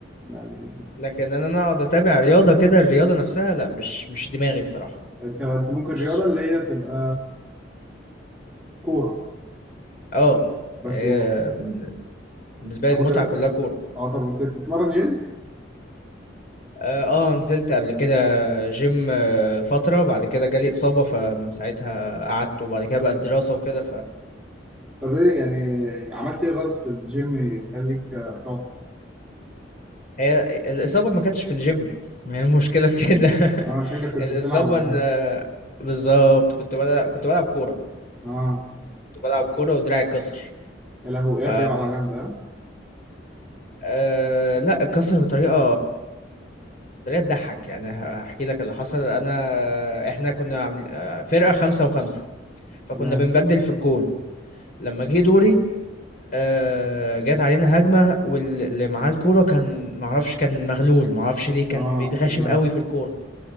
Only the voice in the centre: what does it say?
يعني
انت انت ممكن
رياضه اللي هي تبقى كوره
بس
يبقى
طب
ور-
اه طب انت بتتمرن جيم
طب ايه يعني عملت ايه غلط في الجيم يخليك آه، تقعد
اه شكلك كنت
بتلعب ولا
اه
يا لهوي
ايه دي على جنب اه
تمام
اه
يا لهوي